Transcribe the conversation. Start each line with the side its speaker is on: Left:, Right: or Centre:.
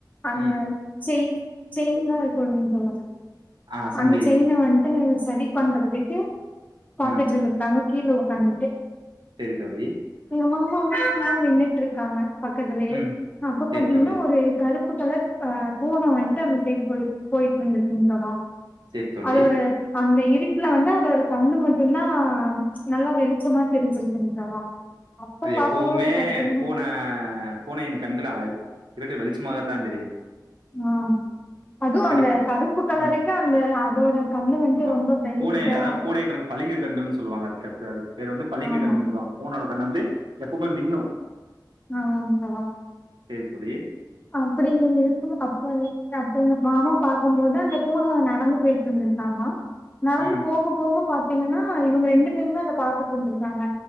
Left: அந்த
Right: ம்.
Left: செயின் செயின் தா இழுக்கனு தோழா
Right: ஆ சங்கிலி.
Left: அந்த செயின வன்ட்டு சரி பண்றதுக்கு பாத்துட்டு
Right: ம்.
Left: இருந்துருக்காங்க கீழ உக்காந்துட்டு
Right: சரி தோழி
Left: எங்க மாமா வந்து சும்மா நின்னுட்ருக்காங்க பக்கத்துலேயே
Right: ம்.
Left: அப்ப
Right: சரி
Left: பாத்தீங்கன்னா
Right: தோழி,
Left: ஒரு கருப் அப்பல்ல அ பூன வன்ட்டு அந்த சைட் போய் போய்ட்ருந்துருகுங் தோழா
Right: சரி தோழி.
Left: அதோட அந்த இருட்ல வந்து அதோட கண்ணு மட்டுதா நல்லா வெளிச்சமா தெரிஞ்சிருக்குங்‌ தோழா அப்ப
Right: அது
Left: பாக்கும்போது
Right: எப்பவுமே
Left: பாத்தீங்கன்னா
Right: பூன பூனையின் கண்கள் இருட்டு வெளிச்சமாகத்தாதெரியு
Left: ஆ அதுவு அந்த
Right: பூ
Left: கருப்பு கலருக்கு
Right: ம்.
Left: அந்த அதோட கண்ணோ வந்து
Right: ஆமா.
Left: ரொம்ப பெனிபிட்
Right: பூனை அதான்
Left: ஆ
Right: பூனை கண்ணுக்கு பளிங்கு கண்கள்னு சொல்லுவாங்க அது கே அதுக்கு பேர் வந்து பளிங்கு
Left: ஆமா
Right: கண்ண்ணு சொல்லுவாங்க மூனோட கண்ண வந்து எப்பவுமே மின்னு
Left: ஆமா <unintelligible>
Right: செரி தோழி
Left: அப்டி இருக்கு அப்போ அப்ப எங்க மாமா பாக்கும்போது அந்த பூன நடந்து போயிட்டு இருந்திச்சாமா நடந்து
Right: ம்,
Left: போக போக பாத்தீங்கன்னா இவங்க ரெண்டு பேருமே அத பாத்துட்டு இருந்திருக்காங்க